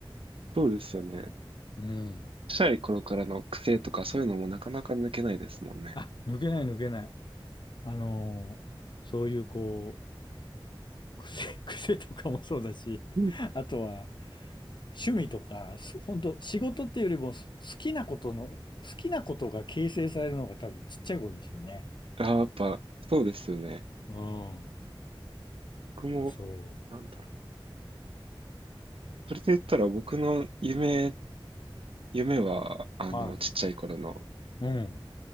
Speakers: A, on the right; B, on the left.
A: そうですよね。
B: うん。
A: ちっちゃい頃からの癖とか、そういうのもなかなか抜けないですもんね。
B: あ、抜けない抜けない。あのーそういうこう、癖、<laughs> 癖とかもそうだし、
A: うん
B: あとは趣味とか、本当仕事っていうよりもす好きなことの、好きなことが形成されるのが多分ちっちゃい頃でしょうね。
A: あー、やっぱ、そうですよね。
B: うん。
A: 僕も、
B: そ
A: なんだろう。それで言ったら、僕の夢、夢は、あの、
B: う。は
A: ちっちゃい頃の、
B: い。うん。